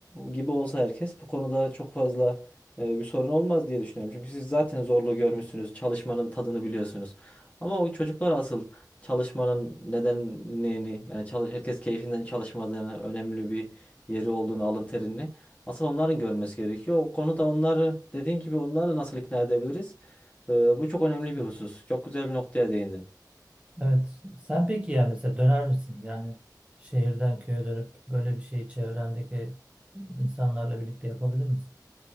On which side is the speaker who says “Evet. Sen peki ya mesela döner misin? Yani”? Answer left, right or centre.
Right